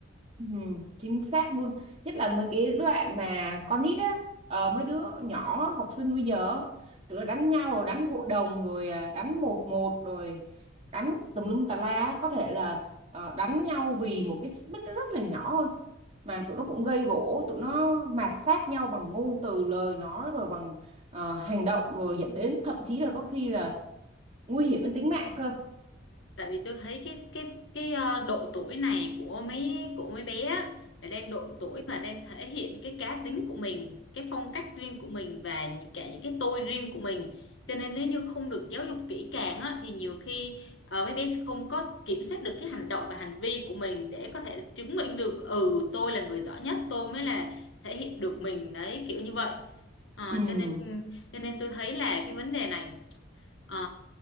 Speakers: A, on the right; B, on the left.
A: Ừ, chính xác luôn nhất là mấy cái đoạn mà con nít á ờ, mấy đứa nhỏ học sinh bây giờ tụi nó đánh nhau rồi đánh hội đồng rồi à, đánh một một rồi đánh tùm lum tà la á. có thể là ờ, đánh nhau vì một cái xích mích nó rất là nhỏ thôi mà tụi nó cũng gây gổ tụi nó mạt sát nhau bằng ngôn từ lời nói rồi bằng ờ, hành động rồi dẫn đến thậm chí là có khi là nguy hiểm đến tính mạng cơ
B: tại vì tôi thấy cái cái cái ờ, độ tuổi này của mấy của mấy bé á, là đang độ tuổi mà đang thể hiện cái cá tính của mình cái phong cách riêng của mình và những- cả những cái tôi riêng của mình cho nên nếu như không được giáo dục kỹ càng á, thì nhiều khi ờ, mấy bé sẽ không có kiểm soát được cái hành động và hành vi của mình để có thể chứng minh được ừ tôi là người giỏi nhất tôi mới là thể hiện được mình đấy kiểu như vậy Ờ,
A: ừ
B: cho nên cho nên tôi thấy là cái vấn đề này Ờ,